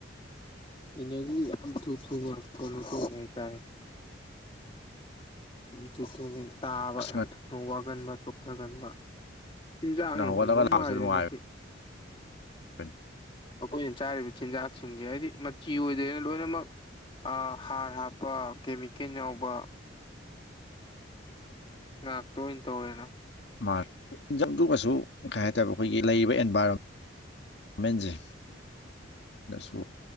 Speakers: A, on the left (about 25°); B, on the left (about 60°).
A: ꯏꯅꯔꯖꯤ ꯌꯥꯝ ꯊꯨ ꯊ ꯀꯃꯤ ꯀ ꯀꯇꯥꯦ ꯊꯨ ꯊꯨꯅ ꯇꯥꯕ
B: ꯑꯁ
A: ꯌꯥꯝ ꯊꯨꯅ ꯋꯥꯒꯟꯕ ꯆꯣꯛꯊꯒꯟꯕ ꯆꯤꯟꯖꯥꯛꯅꯈꯣꯏ
B: ꯉꯟꯅ ꯍꯧꯒꯠꯂꯒ
A: ꯅꯧ
B: ꯂꯥꯛꯄꯁꯨ
A: ꯃꯥꯜꯂꯤꯗ
B: ꯅꯨꯡꯉꯥꯏꯕꯅꯤ
A: ꯃꯁꯤ
B: <inaudible>
A: ꯑꯩꯈꯣꯏꯅ ꯆꯥꯔꯤꯕ ꯆꯤꯟꯖꯥꯛꯁꯤꯡꯁꯦ ꯍꯥꯏꯕꯗꯤ ꯃꯆꯤ ꯑꯣꯏꯗ꯭ꯔꯦꯅ ꯂꯣꯏꯅꯃꯛ ꯍꯥꯔ ꯍꯥꯞꯄ ꯀꯦꯃꯤꯀꯦꯟ ꯌꯥꯎꯕ ꯉꯍꯥꯛꯇ ꯑꯣꯏꯅ ꯇꯧꯔꯦꯅ
B: ꯃꯥꯔ ꯏꯟꯖꯪꯗꯨꯕꯁꯨ ꯀꯩ ꯍꯥꯏꯥꯏꯇꯥꯦ ꯑꯩꯈꯣꯏꯒꯤ ꯂꯩꯔꯤꯕ ꯑꯦꯟꯚꯥꯏꯔꯣꯟ ꯃꯦꯟꯖꯦ ꯗꯁꯨ